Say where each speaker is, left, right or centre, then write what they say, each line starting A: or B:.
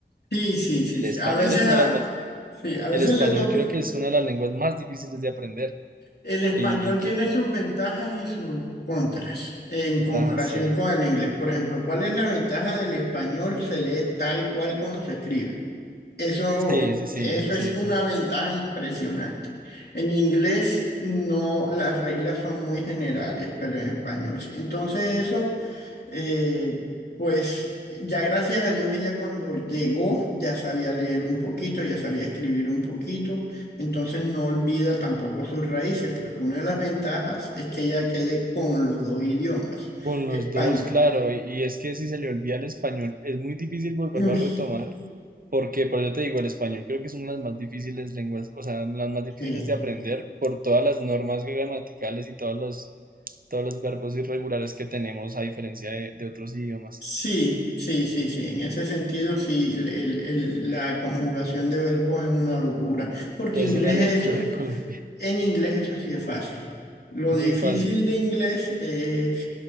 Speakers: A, on the left (about 65°); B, on the right (about 55°).
A: sí, sí, sí.
B: el
A: sí.
B: español
A: A veces,
B: es una
A: a-
B: de las, más-
A: sí, a veces
B: el español
A: le toca
B: creo que es una de las lenguas más difíciles de aprender
A: El español
B: y, y que,
A: tiene sus ventajas y sus contras en comparación
B: ah, sí,
A: con el inglés. Por ejemplo, ¿cuál es la ventaja del español? Se lee tal cual como se escribe. Eso,
B: sí, sí, sí,
A: eso
B: eso sí
A: es
B: es
A: una
B: verdad.
A: ventaja impresionante. En inglés no, las reglas son muy generales, pero en español sí. Entonces eso eh, pues ya gracias a Dios ella cuando llegó ya sabía leer un poquito, ya sabía escribir un poquito, entonces no olvida tampoco sus raíces, porque una de las ventajas es que ella quede con los dos idiomas,
B: Con
A: español.
B: los dos, claro, y y es que si se le olvida el español, es muy difícil volverlo
A: Uy,
B: a retomar. Porque, pero yo te digo, el español creo que es una de las más difíciles lenguas, o sea, las más difíciles
A: sí.
B: de aprender por todas las normas gramaticales y todos los, todos los verbos irregulares que tenemos a diferencia de, de otros idiomas.
A: Sí, sí, sí, sí. En ese sentido, sí, el- el- el- la conjugación de verbos es una locura, porque
B: Es
A: inglés
B: una locura
A: es eso.
B: en Colombia,
A: En inglés eso sí es fácil.
B: <laughs>
A: Lo
B: es
A: difícil
B: muy fácil,
A: de inglés es,